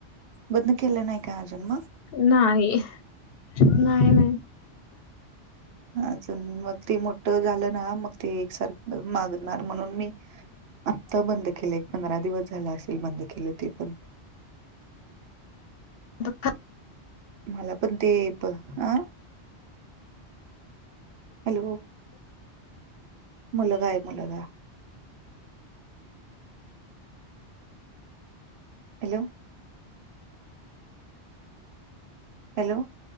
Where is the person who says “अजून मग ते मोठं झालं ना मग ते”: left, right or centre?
Right